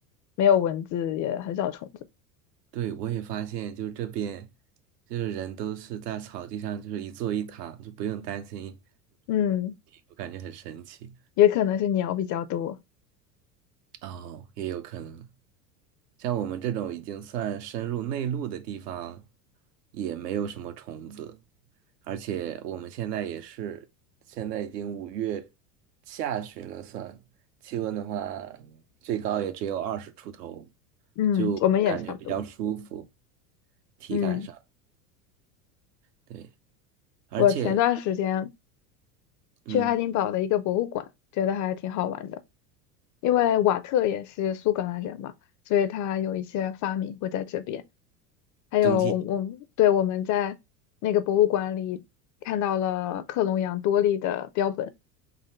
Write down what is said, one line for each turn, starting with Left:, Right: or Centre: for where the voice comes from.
Left: 没有蚊子，也很少虫子。
Right: 对我也发现，就是这边就是人都是在草地上，就是一坐一躺，就不用担心，
Left: 嗯，
Right: 我感觉很神奇。
Left: 也可能是鸟比较多。
Right: 哦，也有可能。像我们这种已经算深入内陆的地方，也没有什么虫子，而且我们现在也是，现在已经五月下旬了算，气温的话，最高也只有二十出头，
Left: 嗯，
Right: 就感觉比较舒服，
Left: 我们也差不多。
Right: 体感上，
Left: 嗯，
Right: 对，而且，
Left: 我前段时间
Right: 嗯，
Left: 去爱丁堡的一个博物馆，觉得还挺好玩的，因为瓦特也是苏格兰人嘛，所以他有一些发明会在这边。还有我我们对我们在那个博物馆里看到了克隆羊多利的标本。
Right: 蒸汽